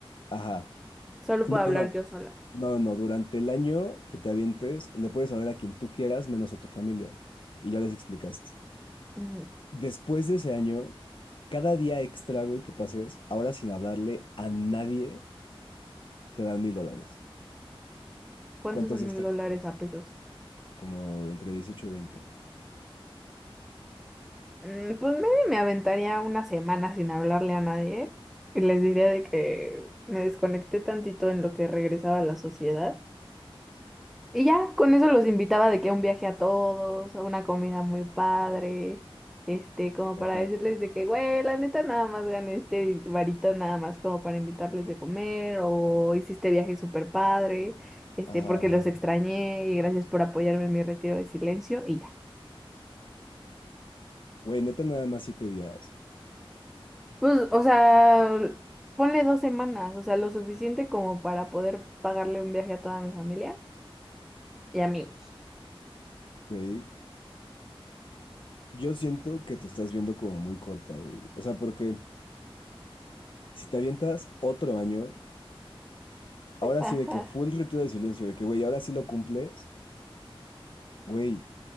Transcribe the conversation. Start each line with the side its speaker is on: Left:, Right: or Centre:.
Left: Ajá.
Centre: Solo
Left: No,
Centre: puedo hablar
Left: no, no.
Centre: yo sola.
Left: No, no, durante el año que te avientes, le puedes hablar a quien tú quieras, menos a tu familia. Y ya les explicaste.
Centre: Ujú.
Left: Después de ese año, cada día extra, güey, que pases, ahora sin hablarle a nadie, te dan mil dólares.
Centre: ¿Cuántos
Left: ¿Cuántos
Centre: son
Left: días
Centre: mil
Left: te avientas?
Centre: dólares a pesos?
Left: Como entre 18 y 20.
Centre: Mm, Pues maybe me aventaría una semana sin hablarle a nadie y les diría de que me desconecté tantito en lo que regresaba a la sociedad. Y ya, con eso los invitaba de que a un viaje a todos, a una comida muy padre, este, como
Left: Neta.
Centre: para decirles de que, güey, la neta nada más gané este varito nada más como para invitarles de comer o hiciste viaje súper padre, este,
Left: Ajá,
Centre: porque
Left: ajá.
Centre: los extrañé y gracias por apoyarme en mi retiro de silencio y ya.
Left: Güey, neta, nada más siete días.
Centre: Pues, o sea, ponle dos semanas, o sea, lo suficiente como para poder pagarle un viaje a toda mi familia y amigos.
Left: Ok. Yo siento que te estás viendo como muy corta, güey. O sea, porque si te avientas otro año,
Centre: <laughs>
Left: ahora
Centre: Ajá.
Left: sí de que full retiro de silencio, de que, güey, ahora sí lo cumples. Güey,